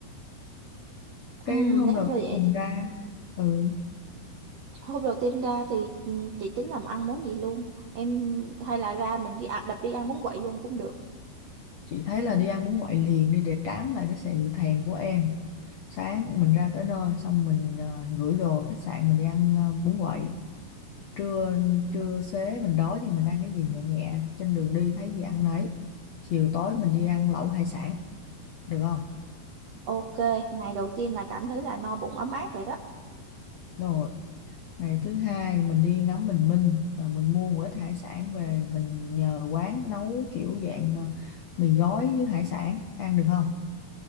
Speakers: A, on the right; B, on the left.
A: Ừ,
B: cái hôm
A: nếu
B: đầu
A: mà vậy
B: tiên mình
A: thì
B: ra ừ,
A: hôm đầu tiên ra thì ừ, chị tính làm ăn món gì luôn. Em hay là ra mình đi à, đập đi ăn bún quậy luôn cũng được.
B: chị thấy là đi ăn bún quậy liền đi để trám lại cái sự thèm của em sáng mình ra tới nơi xong mình ờ, gửi đồ khách sạn mình đi ăn ờ, bún quậy trưa trưa xế mình đói thì mình ăn cái gì nhẹ nhẹ trên đường đi thấy gì ăn nấy chiều tối mình đi ăn lẩu hải sản được không
A: Ok, ngày đầu tiên là cảm thấy là no bụng ấm áp rồi đó.
B: rồi Ngày thứ hai mình đi ngắm bình minh và mình mua một ít hải sản về mình nhờ quán nấu kiểu dạng ờ, mì gói với hải sản ăn được không?